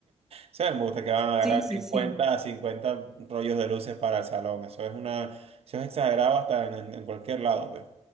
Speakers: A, on the right; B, in the centre.
A: Se me gusta que van a agarrar
B: Sí, sí,
A: 50
B: sí.
A: a 50 rollos de luces para el salón. Eso es una, eso es exagerado hasta en, en cualquier lado, pues.